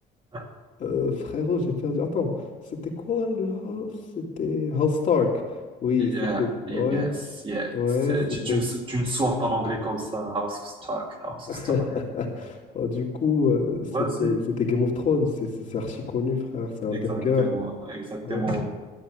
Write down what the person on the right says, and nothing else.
<laughs>
Yeah,
yes,
yes.
Tu,
tu, ne- tu ne sors pas en anglais comme ça. House of Stark, House
of Stark.
Vas-y.
Exactement,
exactement.